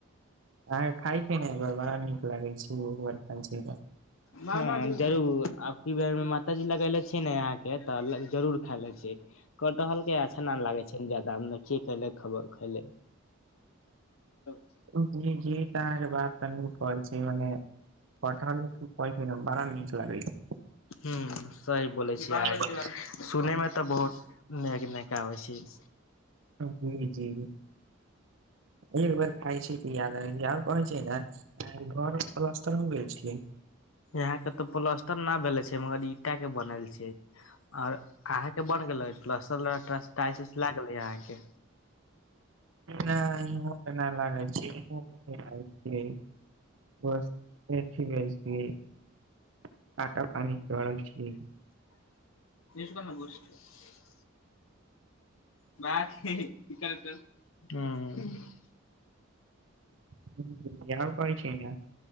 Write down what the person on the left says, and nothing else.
हं जरूर अब कि बैर माता जी लगेले छियै ने अहाँ के तऽ जरूर खाय ले छियई। कटहल के अच्छा न लागै छैय। <unintelligible>
हं सही बोलै छैय
अहाँके। सुनै मे तऽ बहुत नैग नैग आबै छैय।
यहाँ केँ ते प्लस्टर न भेले छैय मगर ईंटा के बनल छैय। और अहाँ के बन गेलेई प्लास्टर उल्सटर टायल्स लएग गेले अहाँ केँ।
<inaudible> मैंथ हेहे <inaudible>